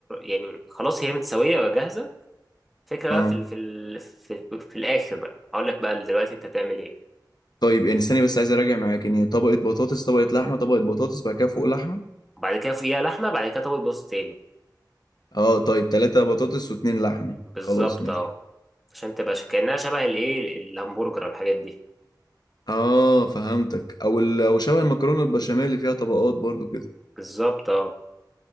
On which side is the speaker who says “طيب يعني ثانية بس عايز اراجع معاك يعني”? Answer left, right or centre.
Left